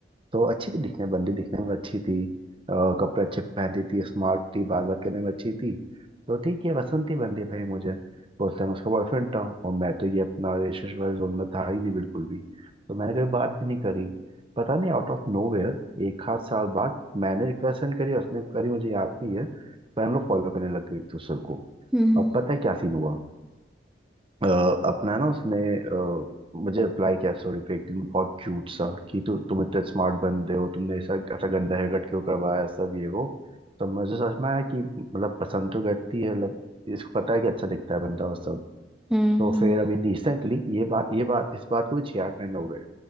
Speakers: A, on the right; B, in the centre.
A: तो अच्छी थी दिखने बंदी दिखने में अच्छी थी अ, कपड़े अच्छे पहनती थी स्मार्ट थी बात बात करने में अच्छी थी तो ठीक है पसंद थी बंदी भाई मुझे तो उस टाइम उसका बॉयफ्रेंड था और मैं तो ये अपना रिलेशनशिप वाले जोन में था ही नहीं बिल्कुल भी तो मैंने कभी बात भी नहीं करी पता नहीं आउट ऑफ नोवेयर एक आध साल बाद मैंने रिक्वेस्ट सेंड करी उसने करी मुझे याद नहीं है फैन लोग फॉलो करने लग गए एक दूसरे को
B: हम्म
A: अब पता है क्या सीन हुआ अ, अपना ना उसने अ, मुझे अप्लाई किया स्टोरी पे एक दिन बहुत क्यूट सा कि तु, तुम इतने स्मार्ट बंदे हो तुमने ऐसा ऐसा गंदा हेयर कट क्यों करवाया सब ये वो तो मुझे समझ में आया कि मतलब पसंद तो करती है मतलब इसको पता है कि अच्छा दिखता है बंदा और सब
B: हम्म
A: तो
B: हम्म,
A: फिर अभी रिसेंटली ये बात ये बात इस बात को भी छियाहठ महीने हो गए